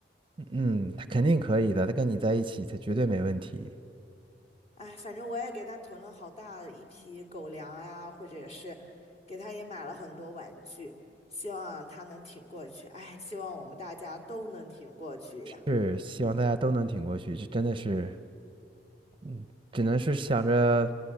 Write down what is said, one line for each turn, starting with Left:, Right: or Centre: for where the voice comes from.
Right: 嗯，他肯定可以的，他跟你在一起，他绝对没问题。
Left: 哎，反正我也给它囤了好大一批狗粮啊，或者是给它也买了很多玩具，希望它能挺过去。哎，希望我们大家都能挺过去呀，
Right: 是，希望大家都能挺过去，这真的是，嗯，只能是想着